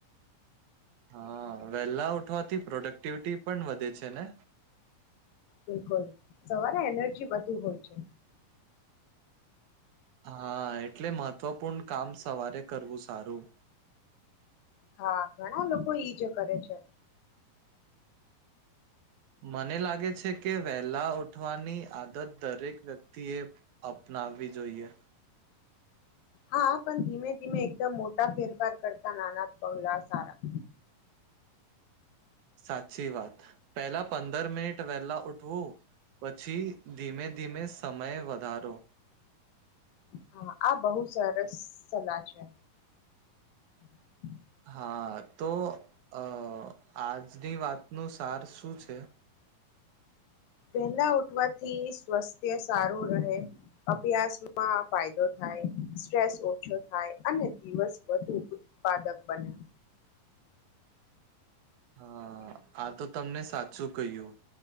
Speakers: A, on the right; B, on the left.
A: હા. વહેલા ઉઠવાથી પ્રોડક્ટિવિટી પણ વધે છે ને?
B: બિલકુલ સવારે એનર્જી વધી હોય છે.
A: હા એટલે મહત્વપૂર્ણ કામ સવારે કરવું સારું.
B: હા ઘણા લોકો ઈજ કરે છે.
A: મને લાગે છે કે વહેલા ઉઠવાની આદત દરેક વ્યક્તિએ અપનાવવી જોઈએ.
B: હા પણ ધીમે-ધીમે એકદમ મોટા ફેરફાર કરતા નાના પગલા સારા.
A: સાચી વાત પેલા પંદર મિનિટ વહેલા ઉઠવું પછી ધીમે-ધીમે સમય વધારો.
B: હા આ બહુ સર રાસ સલાહ છે. હમ
A: હા તો અ આજની વાતનું સાર શું છે?
B: વેલા ઉઠવાથી સ્વાસ્થ્ય સારું રહે. અભ્યાસમાં ફાયદો થાય સ્ટ્રેસ ઓછો થાય અને દિવસ વધુ ઉત્પાદક બને
A: હા આ તો તમને સાચું કહ્યું